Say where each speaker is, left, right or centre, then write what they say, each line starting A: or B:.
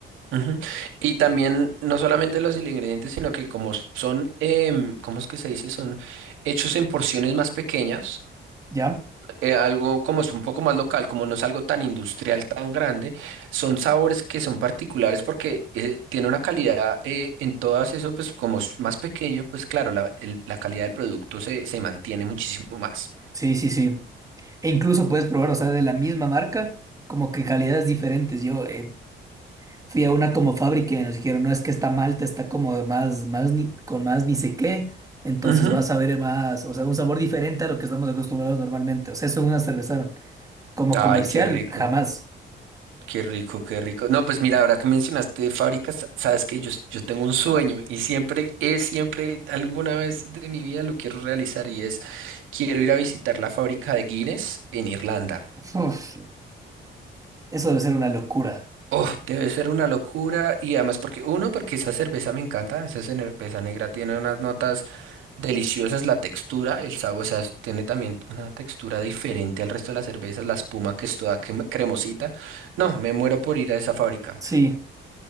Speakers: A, on the right; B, on the right.
A: Ujú. Y también no solamente los ingredientes, sino que como son, em, ¿cómo es que se dice? Son hechos en porciones más pequeñas.
B: ¿ya?
A: eh, algo como es un poco más local, como no es algo tan industrial, tan grande, son sabores que son particulares porque eh, tiene una calidad eh, en todas eso, pues como es más pequeño, pues claro, la, el- la calidad del producto se, se mantiene muchísimo más.
B: Sí, sí, sí. E incluso puedes probar, o sea, de la misma marca, como que calidades diferentes. Yo eh, fui a una como fábrica y nos dijeron, no, es que esta malta está como de más, más ni- con más ni sé qué, entonces
A: Ujú.
B: vas a ver más, o sea, un sabor diferente a lo que estamos acostumbrados normalmente. O sea, eso en una cerveza, como
A: Ay,
B: comercial,
A: qué rico,
B: jamás.
A: qué rico, qué rico. No, pues mira, ahora que mencionaste fábricas, sa- sabes que yo, s- yo tengo un sueño y siempre, es siempre, alguna vez de mi vida lo quiero realizar y es, quiero ir a visitar la fábrica de Guinness en Irlanda.
B: Uf, eso debe ser una locura.
A: Oh, debe ser una locura y además porque uno, porque esa cerveza me encanta, esa cerveza negra tiene unas notas deliciosas, la textura, el sabor, o sea, es- tiene también una textura diferente al resto de las cervezas, la espuma que es toda crem- cremosita. No, me muero por ir a esa fábrica.
B: Sí.